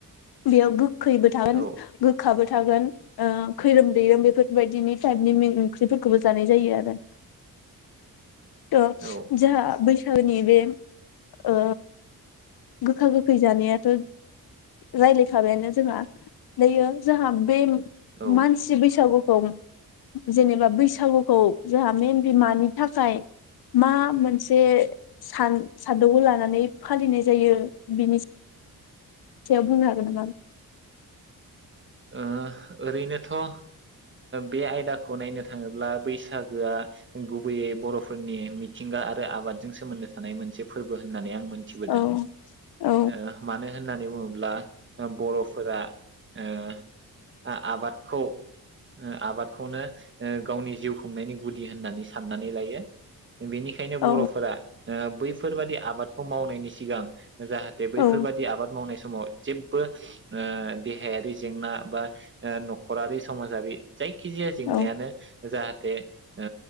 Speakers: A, on the left (about 85°); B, on the right (about 30°).
A: बेयाव गो खैबो थागोन
B: औ
A: गोखाबो थागोन ओ खैरोम दैैरोम बेफोरबायदिनि टाइपनि मैगं ओंख्रिफोरखौबो जानाय जायो आरो थ
B: औ
A: जाहा बै गोदोनि बे ओ गोखा गोखै जानायाथ रायज्लाय खाबायानो जोंहा दायो जोंहा बे
B: औ ओ
A: मानसि बैसागु खौ जेनेबा बैसागुखौ जोंहा मेन मानि थाखाय मा मोनसे सान सान्दौखौ लानानै फालिनाय जायो बिनि थिया बुंनो हागोन नामा?
B: ओ ओरैनोथ' ओ बे आयदाखौ नायनो थाङोब्ला बैसागोआ गुबैयै बर'फोरनि मिथिंगा आरो आबादजों सोमोन्दो थानाय मोनसे फोरबो होननानै आं मोनथिबोदों
A: औ
B: ओ
A: औ
B: मानो होननानै बुङोब्ला ओ बर'फोरा ओ आ-आबादखौ ओम आबादखौनो गावनि जिउ खुंनायनि गुदि होननानै साननानै लायो। बेनिखायनो
A: औ
B: बर'फोरा ओ बैफोरबादि आबादखौ मावनायनि सिगां जाहाथे बैफोरबायाददि
A: औ
B: आबाद मावनाय स समाव जेबबो ओ देहायारि जेंना बा ओ न'खरारि समाजारि जायखिजाया जेंनायानो
A: औ
B: जाहाथे ओ